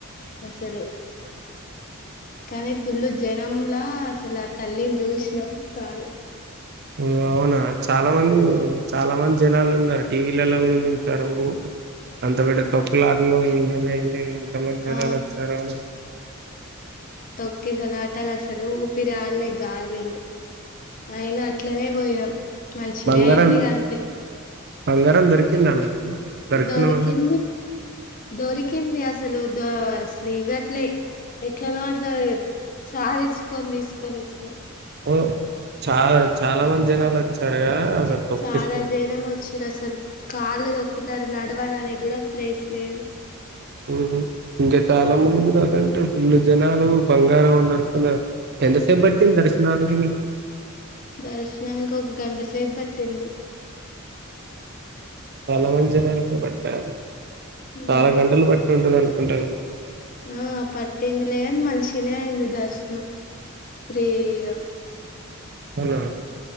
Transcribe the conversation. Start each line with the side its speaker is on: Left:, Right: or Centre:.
Left: అసలు కానీ ఫుల్లు జనం లా అసలు ఆ తల్లిని చూసినాం చాలు
Right: ఓ అవునా చాలా మంది చాలా మంది జనాలు ఉన్నారు టీవీలలో కూడా చూ సరు అంత పెద్ద తొక్కులట్లో ఏదేమైంది ఎంత మంది జనాలు
Left: ఆ
Right: వచ్చారు అని
Left: క్కిసలాటలసలు పిరి ఆడలే గాలిలే అయినా ఇట్లనే పోయ నం మంచినే
Right: బంగారం
Left: అయింది ఇగ అంతే
Right: బంగారం దొరికిందా మీకు దర్శనం
Left: దొరికింది దొరికింది అసలు దొ అసలివ్వట్లే ఎట్లనో అట్లా సాదిచ్చుకొని తీసుకొని వచ్చినం
Right: ఓ చాలా చాలా మంది జనాలు వచ్చారుగా అసలు తొక్కిస్త
Left: చాలా జనం వచ్చిరు అసలు కాళ్లు దొక్కుతారు నడవడానికి కూడా ప్లేస్ లేదు
Right: హ్మ్ హు ఇంకా చాలా మందికి అటెంటివ్ ఫుల్ జనాలు లు బంగారం దొరుకున్న ఎంతసేపు పట్టింది దర్శనానికి మీకు
Left: దర్శనానికి ఒక గంట సేపు పట్టింది
Right: తలవని జనానికి పెట్టారు
Left: ఆ
Right: చాలా గంటలు బట్టి ఉంటుందిను ఉంటాగా
Left: ఆ పట్టిందిలేగ మంచిగానే అయింది దర్శనం ఫ్రీగా
Right: హలో.